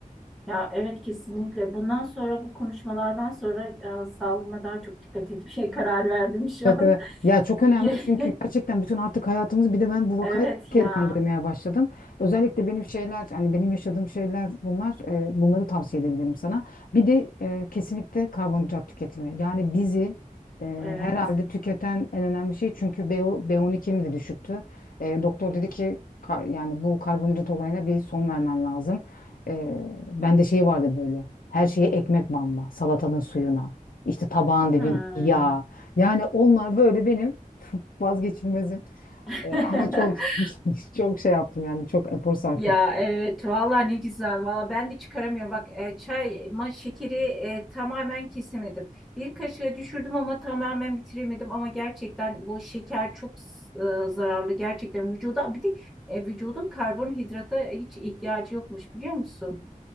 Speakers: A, in the centre; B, on the left.
A: Ya evet kesinlikle. Bundan sonra bu konuşmalardan sonra e, sağlığıma daha çok dikkat etmeye <laughs> karar verdim şu
B: Evet,
A: an.
B: evet. Ya çok önemli
A: <laughs>
B: çünkü gerçekten bütün artık hayatımız bir de ben bu vakayı
A: Evet
B: ilk kezden
A: ya.
B: duymaya başladım. Özellikle benim şeyler hani benim yaşadığım şeyler bunlar e, bunları tavsiye edebilirim sana. Bir de e, kesinlikle karbonhidrat tüketimi. Yani bizi e,
A: Evet.
B: herhalde tüketen en önemli şey çünkü B, B12'm de düşüktü. E, doktor dedi ki ka- yani bu karbonhidrat olayına bir son vermen lazım. E, ben de şey vardı böyle her şeye ekmek banma salatanın suyuna işte tabağın dibindeki
A: Hmm.
B: yağ. Yani onlar böyle benim <laughs> vazgeçilmezim.
A: <laughs>
B: E, ama çok <laughs> çok şey yaptım yani çok efor sarf
A: Ya
B: ettim.
A: evet valla ne güzel valla ben de çıkaramıyorum bak e, çay ma şekeri e, tamamen kesemedim bir kaşığa düşürdüm ama tamamen bitiremedim ama gerçekten bu şeker çok e, zararlı gerçekten vücuda bir de e, vücudun karbonhidrata hiç ihtiyacı yokmuş biliyor musun?